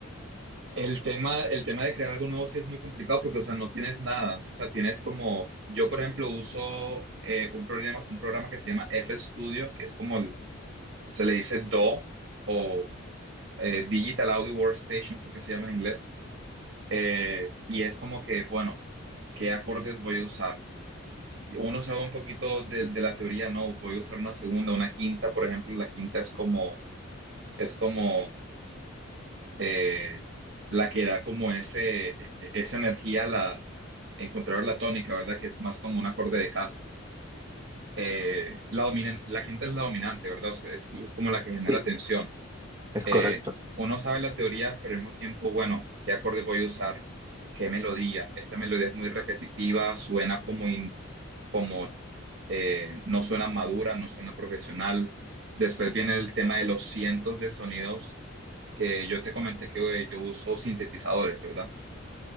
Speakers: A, on the right; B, on the right.
A: el tema, el tema de crear algo nuevo sí es muy complicado porque, o sea, no tienes nada. O sea, tienes como, yo por ejemplo uso eh, un programa, un programa que se llama FL Studio, que es como, el- se le dice DAW o eh, Digital Audio Workstation, creo que se llama en inglés Eh, y es como que, bueno, ¿qué acordes voy a usar? Uno sabe un poquito de, de la teoría, no, voy a usar una segunda, una quinta, por ejemplo, la quinta es como, es como eh, la que da como ese, e- e- esa energía a la, encontrar la tónica, ¿verdad? Que es más como un acorde de casa. Eh, la dominan- la quinta es la dominante, ¿verdad? O sea, es como la que genera
B: Sí.
A: tensión.
B: Es
A: eh,
B: correcto.
A: uno sabe la teoría, pero al mismo tiempo, bueno, ¿qué acorde voy a usar? ¿Qué melodía? Esta melodía es muy repetitiva, suena como, in- como eh, no suena madura, no suena profesional. Después viene el tema de los cientos de sonidos que yo te comenté que eh, yo uso sintetizadores, ¿verdad?